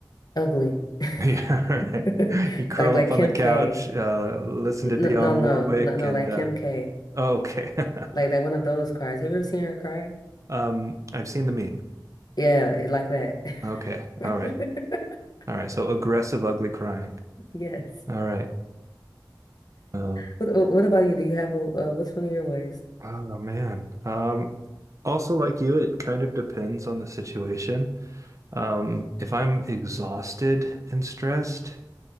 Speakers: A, on the left; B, on the right.
A: Ugly,
B: Yeah, all
A: <laughs>
B: right. You curl
A: like like
B: up on
A: Kim
B: the couch,
A: K.
B: uh, listen
A: No,
B: to Dionne
A: no,
B: Warwick,
A: no, no, no,
B: and
A: like
B: uh,
A: Kim K.
B: Okay. <laughs>
A: Like like one of those cries. Have you ever seen her cry?
B: Um, I've seen the meme.
A: Yeah, it, like that.
B: Okay.
A: <laughs>
B: All right. All right. So aggressive, ugly crying.
A: Yes.
B: All right. Um,
A: What uh, what about you? Do you have a uh, what's one of your ways?
B: oh man. Um, also like you, it kind of depends on the situation. Um, if I'm exhausted and stressed,